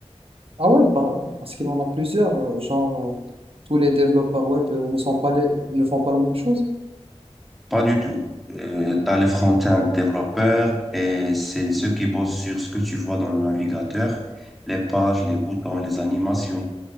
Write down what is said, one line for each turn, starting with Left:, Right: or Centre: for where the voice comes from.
Right: Ah ouais, par- parce qu'il en a plusieurs. euh, Genre, euh, tous les développeurs web euh, ne sont pas les- ne font pas la même chose.
Centre: Pas du tout. Euh, tu as les front-end développeurs et c'est ceux qui bossent sur ce que tu vois dans le navigateur, les pages, les boutons, les animations.